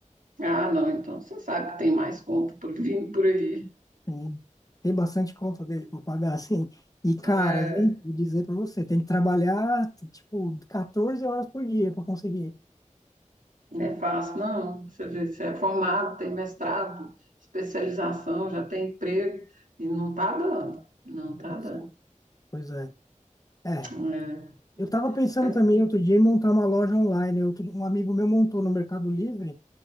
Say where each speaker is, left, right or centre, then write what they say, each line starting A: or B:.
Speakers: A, on the right; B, on the left.
A: Ah, não, então você sabe que tem mais conta por vindo por aí.
B: sim, tem bastante conta dele para pagar, <laughs> assim, e caras,
A: É,
B: hein? Vou dizer para você, tem que trabalhar, tipo, 14 horas por dia para conseguir.
A: não é fácil, não. Você vê, você é formado, tem mestrado, especialização, já tem emprego e não tá dando. Não tá
B: Pois
A: dando.
B: é. Pois é. É,
A: É,
B: eu estava pensando
A: mas
B: também
A: é,
B: outro dia em montar uma loja online. Outro- um amigo meu montou no Mercado Livre